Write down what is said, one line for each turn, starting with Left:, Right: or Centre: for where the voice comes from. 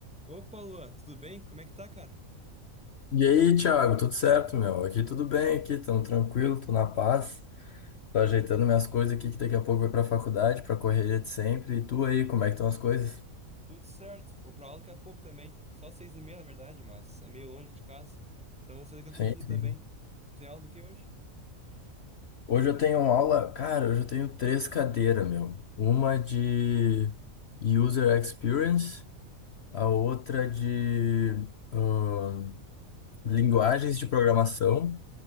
Centre: Opa, Lua, tudo bem? Como é que tá, cara?
Left: E aí, Thiago, tudo certo, meu? Aqui tudo bem, aqui, tamo tranquilo, tô na paz. Tô ajeitando minhas coisas aqui, que daqui a pouco vai pra faculdade, pra correria de sempre. E tu aí, como é que estão as coisas?
Centre: Tudo certo. Vou pra aula daqui a pouco também. Só seis e meia, na verdade, mas é meio longe aqui de casa. Então vou sair daqui
Left: Sim,
Centre: a pouquinho também.
Left: sim.
Centre: Tu tem aula do que hoje?
Left: Hoje eu tenho aula, cara, hoje eu tenho três cadeiras, meu. Uma de User Experience, a outra de ahn, linguagens de programação.